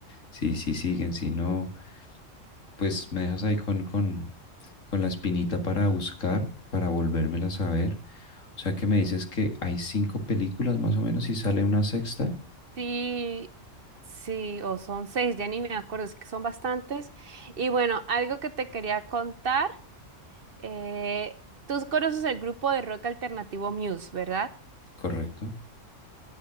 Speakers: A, on the left; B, on the right.
A: si, si siguen, si no pues me dejas ahí con, con, con la espinita para buscar, para volvérmelas a ver. O sea que me dices que hay cinco películas más o menos y sale una sexta,
B: Sí, sí, o son seis, ya ni me acuerdo, es que son bastantes. Y bueno, algo que te quería contar, eh, tú conoces el grupo de rock alternativo Muse, ¿verdad?
A: ¿correcto?